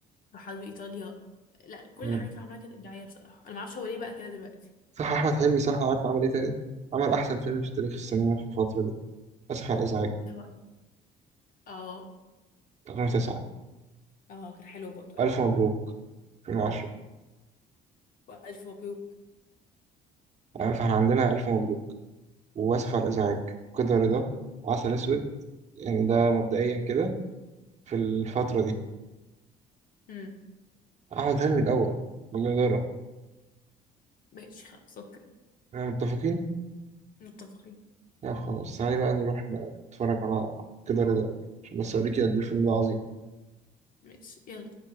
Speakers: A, on the left; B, on the right.
A: راحات بإيطاليا لا كل
B: مم.
A: الحاجات اللي عملها كانت إبداعية بصراحة أنا معرفش هو ليه بقى كده دلوقتي
B: صح احمد حلمي صح عارف عمل ايه تاني عمل احسن فيلم في تاريخ السينما في الفتره دي اسف على الازعاج
A: ده هو اه
B: 2009
A: اه كان حلو برضه أوي
B: الف مبروك 2010
A: وألف مبروك
B: يعني فاحنا عندنا الف مبروك واسف على الازعاج كده رضا وعسل اسود يعني ده مبدئيا كده في الفتره دي
A: امم
B: احمد حلمي الاول بالجدارة
A: ماشي خلاص أوكي
B: احنا متفقين
A: متفقين
B: لا خلاص تعالي بقى نروح نتفرج على كده رضا عشان بس اوريكي قد ايه الفيلم ده عظيم
A: ماشي يلا